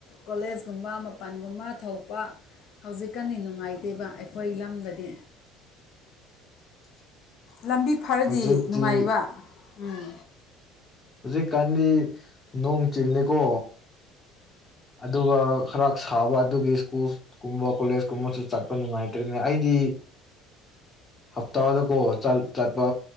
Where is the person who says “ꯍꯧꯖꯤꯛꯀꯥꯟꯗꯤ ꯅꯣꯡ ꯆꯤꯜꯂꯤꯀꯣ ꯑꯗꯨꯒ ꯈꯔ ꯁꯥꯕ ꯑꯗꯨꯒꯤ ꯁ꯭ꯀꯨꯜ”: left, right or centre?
Left